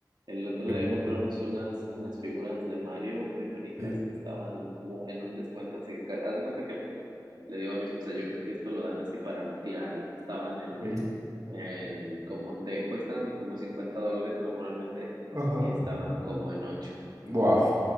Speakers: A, on the right; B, on the right.
A: El otro
B: Qué
A: día
B: bonito.
A: compramos unas, unas figuras de Mario muy bonitas
B: Sí,
A: que estaban mu- en un descuento así. ca- Haz de cuenta que le digo a mi esposa, yo creo que esto lo dan así para no tirarlo. Estaban en,
B: ok.
A: en como, de, cuestan como 50 dólares normalmente
B: Ajá.
A: y estaban como en ocho
B: Wow,